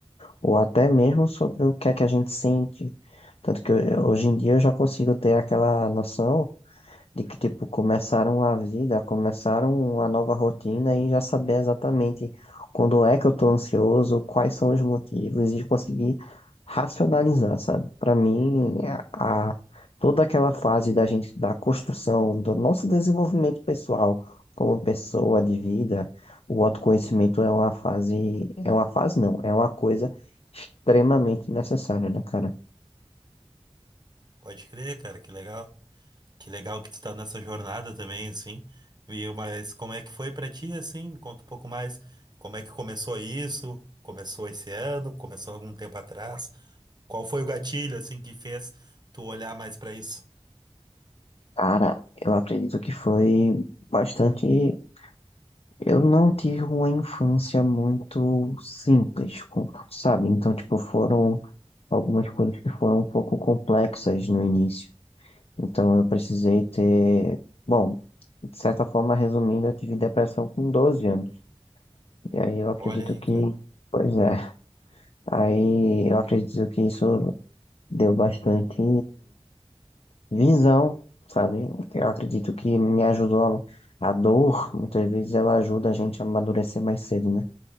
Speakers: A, on the left; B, on the right.
A: ou até mesmo sobre o que é que a gente sente. Tanto que eu- hoje em dia eu já consigo ter aquela noção de que, tipo, começaram a vida, começaram uma nova rotina e já saber exatamente quando é que eu tô ansioso, quais são os motivos e conseguir racionalizar, sabe? Para mim, a, a- toda aquela fase da gente, da construção, do nosso desenvolvimento pessoal como pessoa de vida, o autoconhecimento é uma fase, é uma fase não, é uma coisa extremamente necessária, né, cara?
B: Pode crer, cara, que legal. Que legal que tu tá nessa jornada também, assim. E, eu- mas como é que foi pra ti, assim? Me conta um pouco mais. Como é que começou isso? Começou esse ano? Começou algum tempo atrás? Qual foi o gatilho, assim, que fez tu olhar mais pra isso?
A: Cara, eu acredito que foi bastante Eu não tive uma infância muito simples, com- sabe? Então, tipo, foram algumas coisas que foram um pouco complexas no início. Então, eu precisei ter. Bom, de certa forma, resumindo, eu tive depressão com 12 anos. E aí eu acredito
B: Olha aí,
A: que.
B: cara.
A: Pois é. Aí eu acredito que isso deu bastante visão, sabe? Eu acredito que me ajudou. A a dor, muitas vezes, ela ajuda a gente a amadurecer mais cedo, né?